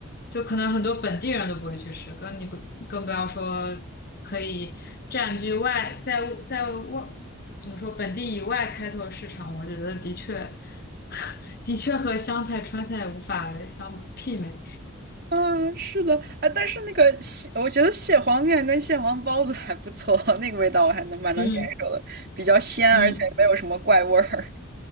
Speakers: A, on the left; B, on the right.
A: 就可能很多本地人都不会去吃，更你不更不要说可以占据外在在外怎么说本地以外开拓市场，我觉得的确 <laughs> 的确和湘菜川菜无法相媲美。
B: 啊，是的，啊，但是那个蟹，我觉得蟹黄面跟蟹黄包子还不错，<laughs> 那个味道我还能蛮能接受的，
A: 嗯
B: 比较鲜，
A: 嗯。
B: 而且没有什么怪味儿。